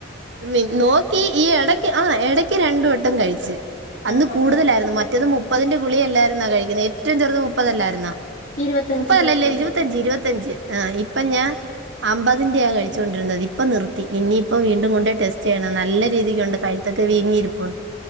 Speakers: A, on the right (about 60°); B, on the left (about 40°).
A: മിൻ നോക്കി ഈ എടയ്ക്ക് ആഹ് എടയ്ക്ക് രണ്ട് വട്ടം കഴിച്ച്. അന്ന്
B: ആഹ്
A: കൂട്തലായിര്ന്നു.
B: ആഹ്
A: മറ്റത് മുപ്പതിന്റെ ഗുളിക അല്ലായിരുന്നൊ കഴിക്കുന്നെ. ഏറ്റവും ചെറ്ത് മുപ്പതല്ലായിര്ന്നൊ?
B: ഇരുപത്തഞ്ച്,
A: മുപ്പതല്ലല്ലേ
B: ഇരുപത്തഞ്ച്,
A: ഇരുവത്തഞ്ച്, ഇരുവത്തഞ്ച് ആഹ് ഇപ്പം ഞാ അമ്പതിന്റെയാ കഴിച്ചു കൊണ്ടിരുന്നത്. ഇപ്പം നിർത്തി. ഇന്നിപ്പൊ വീണ്ടും കൊ ടെസ്റ്റെയ്യണം നല്ല രീതിക്കൊണ്ട്. കഴുത്തൊക്കെ വീങ്ങിയിരിപ്പൊണ്ട്.